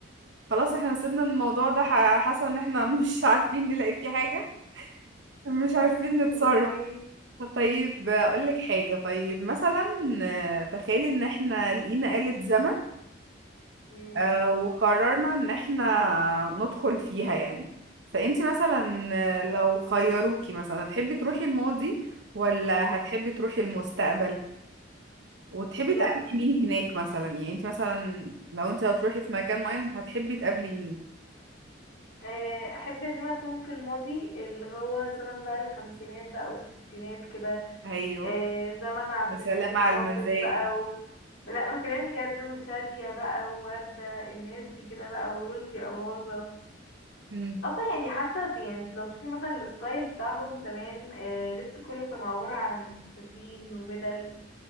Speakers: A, on the right; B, on the left.
A: خلاص احنا سيبنا الموضوع ده ح- حاسة ان احنا <laughs> مش عارفين نلاقي فيه حاجة مش عارفين نتصرف
B: اوكي
A: طيب اقول لك حاجة طيب مثلا آه، تخيلي ان احنا لقينا آلة زمن
B: مم.
A: آه، وقررنا ان احنا ندخل فيها يعني فانتي مثلا آه، لو خيروكي مثلا هتحبي تروحي الماضي ولا هتحبي تروحي المستقبل وتحبي
B: لا
A: تقابلي مين هناك مثلا يعني انتي مثلا لو انتي هتروحي في مكان معين هتحبي تقابلي مين
B: آه، احب ان انا اكون في الماضي اللي هو زمن بقى الخمسينات بقى والستينات كده
A: ايوه
B: آه، زمن عبد
A: يا سلام
B: الحليم
A: على
B: حافظ
A: المزاج
B: بقى و... لا ما كلام جد وشادية بقى ووردة الناس دي كده بقى ورشدي أباظة
A: مم.
B: اصلا يعني حتى يعني لو شوفي مثلا الستايل بتاعهم زمان آه، لبس كله كان عبارة عن فساتين وبدل